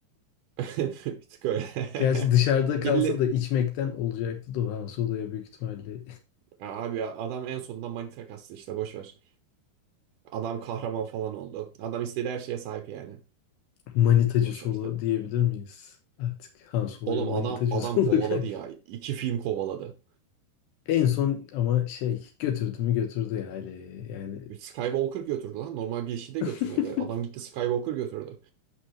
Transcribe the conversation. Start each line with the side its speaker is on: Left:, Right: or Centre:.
Right: <laughs> Bir tık öyle.
Left: Gerçi dışarıda
Right: <laughs> Biri,
Left: kalsa da içmekten olacaktı da o Han Solo'ya büyük ihtimalle
Right: abi ya, adam en sonunda manita kastı işte boş ver. Adam kahraman falan oldu. Adam istediği her şeye sahip yani.
Left: <laughs> manitacı
Right: Boş
Left: Solo
Right: ver tabii.
Left: diyebilir miyiz? Artık Han Solo'ya
Right: Oğlum
Left: manitacı
Right: adam adam
Left: <laughs> Solo
Right: kovaladı
Left: kanka.
Right: ya. İki film kovaladı.
Left: En son ama şey götürdü mü götürdü ya aileye. Yani
Right: Skywalker götürdü lan. Normal bir işi de
Left: <laughs>
Right: götürmedi. Adam gitti Skywalker götürdü.